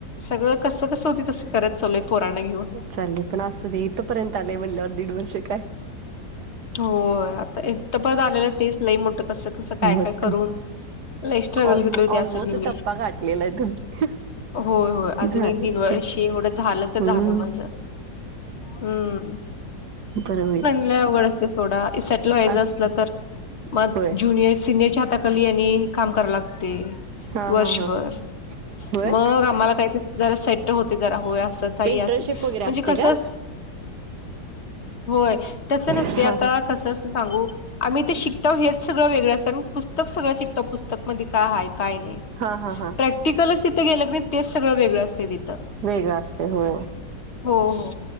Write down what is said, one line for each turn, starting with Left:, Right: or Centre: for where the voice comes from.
Left: सगळं कसं कसं होतंय तसं खरच चाललोय पोरानां घेऊन.
Right: चालेल पण असू दे इथथेपर्यंत आलेय म्हंटल्यावर दीड वर्ष काय.
Left: होय आता एक तर परत आलेलं तेच लई मोठं कसं तसं काय
Right: वाटत
Left: काय करून, लय स्ट्रगल
Right: ऑलमो
Left: घेतलोय त्यासाठी
Right: ऑलमोस्ट
Left: मी.
Right: टप्पा गाठलेला आहे तुम्ही
Left: होय होय. अजून
Right: झालंच
Left: एक दिनवळशे
Right: की
Left: एवढं झालं तर
Right: हम्म
Left: झालं माझं. हम्म.
Right: बर होईल.
Left: लय अवघड असतंय सोडा. सेटल व्हायचं
Right: असत
Left: असलं तर, मग
Right: होय
Left: जुनिअर सिनिअर च्या हाताखाली आणि काम करावं लागते
Right: हा
Left: वर्षभर.
Right: हा हा होय
Left: मग आम्हाला काहीतरी जरा सेट्ट होते, जरा होय असं ताई
Right: इंटर्नशिप
Left: अस म्हणजे
Right: वगैरे असते
Left: कसं
Right: का
Left: होय. तसं नस
Right: हा
Left: ते आता
Right: हा
Left: कसं असं सांगू आम्ही ते शिकतोव हेच सगळं वेगळं असतं आणि पुस्तक सगळं शिकतो. पुस्त तकमध्ये काय आहे काय नाही.
Right: हा हा हा
Left: प्रॅक्टिकलच तिथं गेलं कनई तेच सगळं वेगळं असतंय तिथं.
Right: वेगळं असतंय हो.
Left: हो हो.